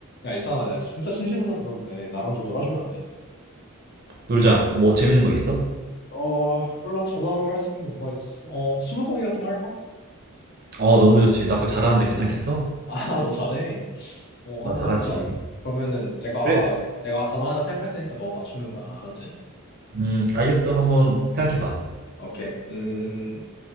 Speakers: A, on the left; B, on the right.
A: 야, 있잖아. 내가 진짜 심심해서 그런데 나랑 좀 놀아주면 안 돼?
B: 놀자. 뭐 재밌는 거 있어?
A: 어, 몰라. 전화로 할 수 있는 게 뭐가 있지? 어, 스무고개 같은 거 할까?
B: 어, 너무 좋지. 나 그거 잘하는데 괜찮겠어?
A: 아, <laughs> 너 잘해. 어,
B: 나
A: 한번
B: 잘하지.
A: 해보자. 그러면은 내가
B: 그래.
A: 내가 단어 하나 생각할 테니까 너 맞추는 거야. 알았지?
B: 음, 알겠어. 한번 생각해봐.
A: 오케이. 음,